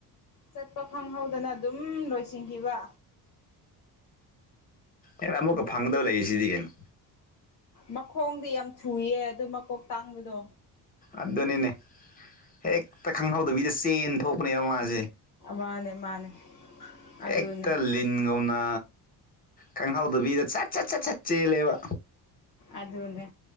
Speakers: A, on the left; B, on the left.
A: ꯆꯠꯄ ꯈꯪꯍꯧꯗꯅ ꯑꯗꯨꯝ ꯂꯣꯏꯁꯤꯟꯈꯤꯕ
B: ꯍꯦꯔꯥ ꯑꯃꯨꯛꯀ ꯐꯪꯗꯧ ꯂꯩꯔꯤꯁꯤꯗꯤ ꯀꯩꯅꯣ
A: ꯃꯈꯣꯡꯗꯤ ꯌꯥꯝ ꯊꯨꯏꯌꯦ ꯑꯗꯨ ꯃꯀꯣꯛ ꯇꯥꯡꯕꯗꯣ
B: ꯑꯗꯨꯅꯤꯅꯦ ꯍꯦꯛꯇ ꯈꯪꯍꯧꯗꯕꯤꯗ ꯆꯦꯟ ꯊꯣꯛꯄꯅꯦꯕ ꯃꯥꯁꯦ
A: ꯃꯥꯅꯦ ꯃꯥꯅꯦ ꯑꯗꯨꯅꯦ
B: ꯍꯦꯛꯇ ꯂꯤꯟꯒꯨꯝꯅ ꯈꯪꯍꯧꯗꯕꯤꯗ ꯁꯠ ꯁꯠ ꯁꯠ ꯁꯠ ꯆꯦꯜꯂꯦꯕ
A: ꯑꯗꯅꯦ